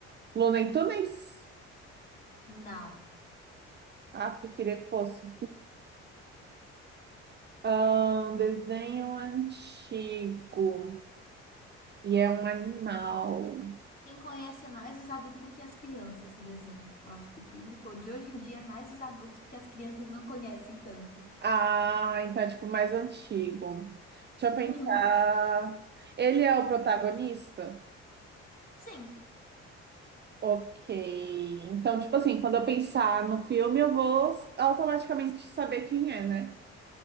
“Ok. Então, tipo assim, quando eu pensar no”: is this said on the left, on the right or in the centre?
Right